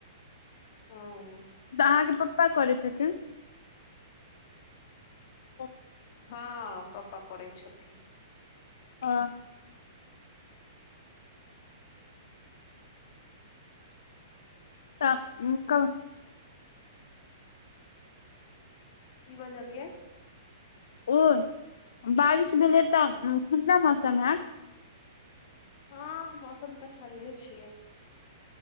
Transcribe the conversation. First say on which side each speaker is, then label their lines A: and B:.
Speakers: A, on the left; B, on the left.
A: हूं
B: तऽ अहाँके पप्पा करै छथिन त <unintelligible>
A: हँ पप्पा करै छथिन
B: हं तऽ उ कब
A: की बजलियै
B: ओ बारिश भेलै तऽ ठण्डा मौसम हेत
A: हँ मौसम तऽ ठण्डे छियै